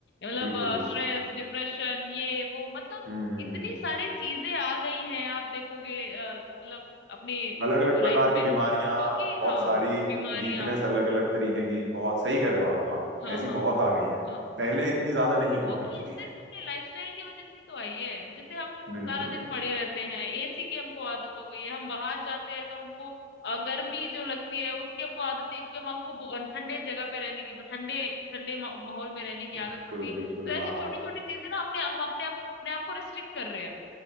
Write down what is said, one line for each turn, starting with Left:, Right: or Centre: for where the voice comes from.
Left: मतलब
Right: बिल्कुल
Left: स्ट्रेस डिप्रेशन ये वो मतलब
Right: हम्म हम्म
Left: इतनी
Right: हम्म।
Left: सारी चीजें आ गई हैं आप देखोगे अ, मतलब अपनी
Right: अलग अलग प्रकार
Left: लाइफ में
Right: की बीमारियां
Left: जो कि
Right: बहुत
Left: हाँ
Right: सारी
Left: बीमारियां
Right: वीकनेस अलग अलग तरीके की बहुत सही कर रहे हो आप हाँ
Left: हाँ
Right: ऐसी
Left: हाँ
Right: बहुत आ गई हैं
Left: हाँ।
Right: पहले इतनी ज्यादा नहीं
Left: जो
Right: हुआ करती
Left: कि
Right: थी
Left: सिर्फ
Right: हैं
Left: अपने लाइफस्टाइल की वजह से ही तो आई है जैसे हम
Right: बिल्कुल
Left: सारा दिन पड़े रहते हैं एसी की हमको आदत हो गई है हम बाहर जाते हैं तो हमको अ, गर्मी जो लगती है उसकी हमको आदत नहीं क्योंकि हम हमको बहु- ठंडे जगह पे रहने की मतलब ठंडे ठंडे मा- माहौल में रहने की
Right: बिल्कुल
Left: आदत पड़ गई है। तो
Right: बिल्कुल
Left: ऐसी
Right: हाँ
Left: छोटी छोटी चीजें ना अपने हम अपने आप- अपने आप को रिस्ट्रिक्ट कर रहे हैं